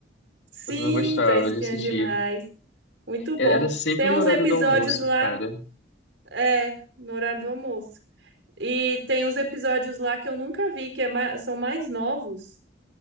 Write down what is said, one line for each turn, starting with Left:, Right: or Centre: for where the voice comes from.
Right: Sim,
Left: Eu também gostava
Right: Três Espiãs
Left: de assistir.
Right: Demais. Muito bom.
Left: É, Era sempre
Right: Tem
Left: no
Right: uns
Left: horário
Right: episódios
Left: do almoço,
Right: lá,
Left: cara.
Right: é, no horário do almoço. E tem uns episódios lá que eu nunca vi, que é ma- são mais novos.